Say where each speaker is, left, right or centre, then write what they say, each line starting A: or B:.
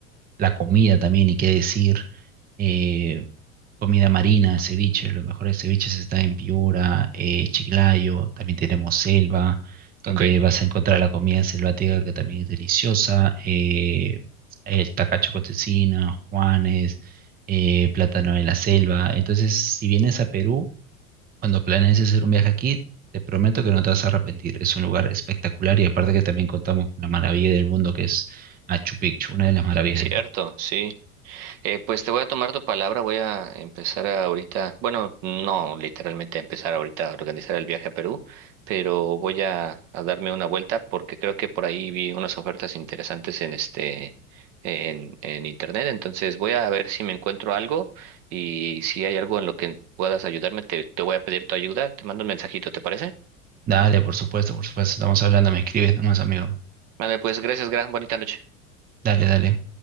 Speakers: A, on the right; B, on the right.
A: la comida también, y qué decir. eh, Comida marina, ceviche, los mejores ceviches están en Piura, eh, Chiclayo, también tenemos selva, donde
B: Ok.
A: vas a encontrar la comida selvática que también es deliciosa, eh, el tacacho con cecina, Juanes, eh, plátano de la selva. Entonces, si vienes a Perú, cuando planees hacer un viaje aquí, te prometo que no te vas a arrepentir. Es un lugar espectacular y aparte que también contamos con la maravilla del mundo que es Machu Picchu, una de las maravillas
B: Cierto,
A: del mundo.
B: sí. Eh, pues te voy a tomar tu palabra, voy a empezar ahorita, bueno, no literalmente a empezar ahorita a organizar el viaje a Perú, pero voy a, a darme una vuelta porque creo que por ahí vi unas ofertas interesantes en este, en, en internet, entonces voy a ver si me encuentro algo y si hay algo en lo que puedas ayudarme, te, te voy a pedir tu ayuda, te mando un mensajito, ¿te parece?
A: Dale, por supuesto, por supuesto, estamos hablando, me escribes nomás, amigo.
B: Vale, pues gracias, gran bonita noche.
A: Dale, dale.